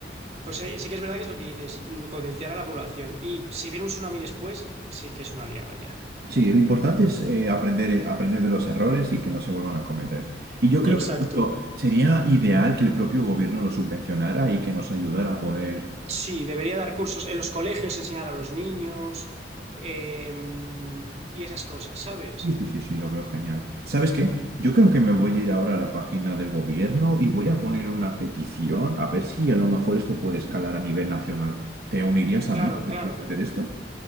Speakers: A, on the right (about 35°); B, on the right (about 55°).
A: Pues eh, sí que es verdad que es lo que dices, mm, concienciar a la población. Y si viene un tsunami después, eh, sí que es una liada ya.
B: Sí, lo importante es eh, aprender, eh, aprender de los errores y que no se vuelvan a cometer. Y yo creo
A: Exacto.
B: que justo sería ideal que el propio gobierno lo subvencionara y que nos ayudara a poder...
A: Sí, debería dar cursos en los colegios, enseñar a los niños eh, y esas cosas, ¿sabes?
B: Sí, sí, sí, sí, lo veo genial. ¿Sabes qué? Yo creo que me voy a ir ahora a la página del gobierno y voy a poner una petición a ver si a lo mejor esto puede escalar a nivel nacional. ¿Te unirías a
A: Claro,
B: mí para
A: claro.
B: poder hacer esto?